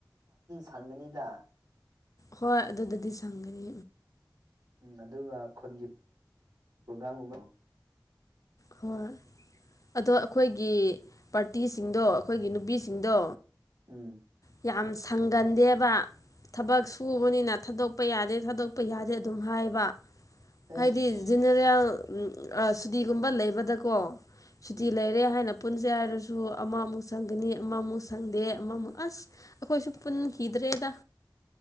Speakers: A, on the right; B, on the left.
A: ꯐꯪꯅꯤꯗ
B: ꯍꯣꯏ ꯑꯗꯨꯗ ꯑꯗꯨꯗꯤ ꯁꯪꯒꯔꯤ
A: ꯎꯝ ꯑꯗꯨꯒ ꯈꯨꯟꯒꯤ ꯄ꯭ꯔꯣꯒꯥ꯭ꯔꯝꯒꯨꯝꯕ
B: ꯍ ꯑꯗꯣ ꯑꯩꯈꯣꯏꯒꯤ ꯄꯥꯔꯇꯤꯁꯤꯡꯗꯣ ꯑꯩꯈꯣꯏꯒꯤ ꯅꯨꯄꯤꯁꯤꯡꯗꯣ
A: ꯎꯝ
B: ꯌꯥꯝ ꯁꯪꯒꯟꯗꯦꯕ ꯊꯕꯛ ꯁꯨꯕꯅꯤꯅ ꯊꯥꯗꯣꯛꯄ ꯌꯥꯗꯦ ꯊꯥꯗꯣꯛꯄ ꯌꯥꯗꯦ ꯑꯗꯨꯝ ꯍꯥꯏꯕ
A: ꯑꯩꯁ
B: ꯍꯥꯏꯗꯤ ꯖꯤꯦꯅꯦꯔꯦꯜ ꯁꯨꯗꯤꯤꯒꯨꯝꯕ ꯂꯩꯕꯗꯀꯣ ꯁꯨꯇꯤ
A: ꯎꯝ
B: ꯂꯩꯔꯦ ꯍꯥꯏꯅ ꯄꯨꯟꯁꯦ ꯍꯥꯏꯔꯁꯨ ꯑꯃꯃꯨꯛ ꯁꯪꯒꯅꯤ ꯑꯃꯃꯨꯛ ꯁꯪ ꯈꯪꯗꯦ ꯑꯃꯃꯨꯛ
A: ꯎꯝ
B: ꯑꯁ ꯑꯩꯈꯣꯏꯁꯨ ꯄꯨꯟꯈꯤꯗ꯭ꯔꯦꯗ